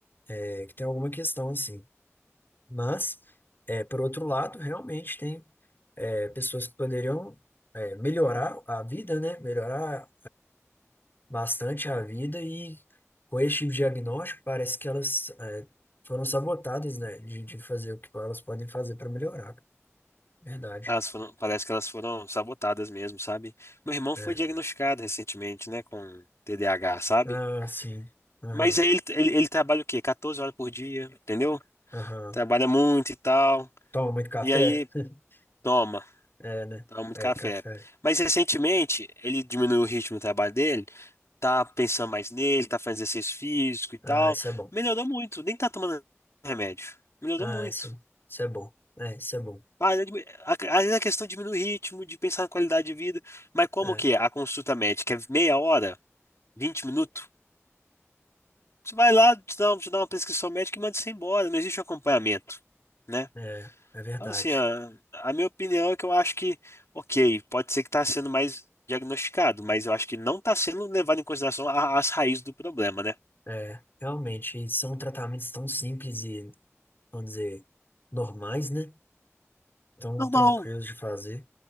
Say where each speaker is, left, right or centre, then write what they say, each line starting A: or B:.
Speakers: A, on the left; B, on the left.
A: é, que tem alguma questão assim. Mas, é, por outro lado, realmente tem é, pessoas que poderiam é, melhorar a vida, né? Melhorar bastante a vida e com esse tipo de diagnóstico parece que elas é, foram sabotadas, né, de, de fazer o que elas podem fazer para melhorar. Verdade.
B: elas foram, parece que elas foram sabotadas mesmo, sabe? Meu irmão
A: É.
B: foi diagnosticado recentemente, né, com TDAH, sabe?
A: Ah, sim. Aham,
B: Mas aí ele, ele, ele trabalha o quê? 14 horas por dia, entendeu?
A: aham.
B: Trabalha muito e tal.
A: Toma muito café?
B: E aí,
A: <laughs>
B: toma,
A: É, né?
B: toma muito
A: É,
B: café.
A: café.
B: Mas recentemente, ele diminuiu o ritmo do trabalho dele tá pensando mais nele, tá fazendo exercício físico e tal.
A: Ah, isso é bom.
B: Melhorou muito, nem tá tomando remédio. Melhorou
A: Ah,
B: muito.
A: isso é, isso é bom. É, isso é bom.
B: Ah, eu admi- a- Às vezes a questão diminui o ritmo, de pensar na qualidade de vida, mas como
A: É,
B: que é? a consulta médica é meia hora, 20 minutos, você vai lá, te dá, um, te dá uma prescrição médica e manda você embora, não existe um acompanhamento, né?
A: é, é verdade.
B: Então, assim, a, a minha opinião é que eu acho que, ok, pode ser que está sendo mais diagnosticado, mas eu acho que não está sendo levado em consideração a- as raízes do problema, né?
A: É, realmente, e são tratamentos tão simples e, vamos dizer, normais, né? Tão
B: Normal,
A: tranquilos de fazer.